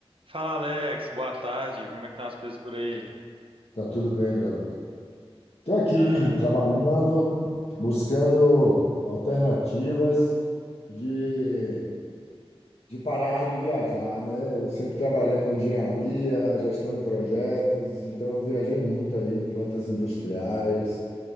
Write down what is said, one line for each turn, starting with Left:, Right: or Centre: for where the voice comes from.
Right: Fala Alex, boa tarde. Como é que estão as coisas por aí?
Left: Tá tudo bem, garoto. Estou aqui
Right: Ah,
Left: trabalhando, buscando alternativas de, de parar de viajar, né? Eu sempre trabalhei com engenharia, gestão de projetos, então eu viajei muito aí em plantas industriais,